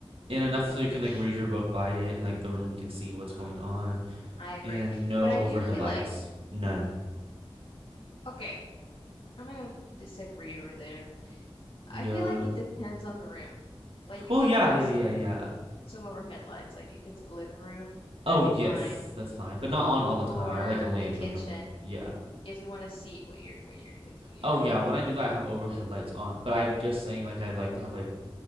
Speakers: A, on the right; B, on the left.
A: and enough
B: Yellowish.
A: so you can like read your book by it and like the room you can see
B: hmm
A: what's going on
B: I agree.
A: and no
B: But I
A: overhead
B: do feel
A: lights
B: like,
A: none
B: okay, I'm gonna disagree over there. I
A: yeah
B: feel like it depends on the room. Like, you
A: well
B: can
A: yeah
B: have
A: yeah
B: some.
A: yeah yeah
B: some overhead lights. Like if it's the living room, that'd
A: oh
B: be
A: yes
B: fine.
A: that's fine but not on all the
B: Or
A: time i like a lamp
B: the kitchen,
A: when you're yeah
B: because you want to see what you're what you're cooking, you
A: oh
B: know.
A: yeah when i do that i have overhead lights on but i just saying like i like to have like